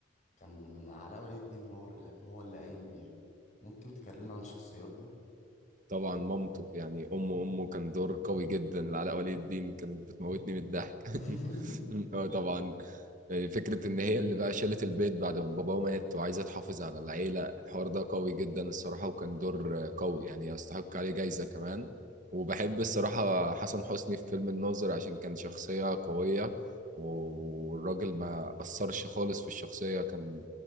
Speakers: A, on the left; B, on the right.
A: كان علاء ولي الدين هو اللي- هو اللي قايم بيها ممكن تكلمنا عن الشخصيات دي
B: طبعا مامته يعني امه امه كان دور قوي جدا لعلاء ولي الدين كانت بتموتني من الضحك <laughs>
A: <laughs>
B: اه طبعا آه، فكرة إن هي اللي بقى شالت البيت بعد ما باباه مات وعايزة تحافظ على العيلة الحوار ده قوي جدا الصراحة وكان دور قوي يعني يستحق عليه جايزة كمان وبحب الصراحة حسن حسني في فيلم الناظر عشان كان شخصية قوية والراجل ما أثرش خالص في الشخصية كان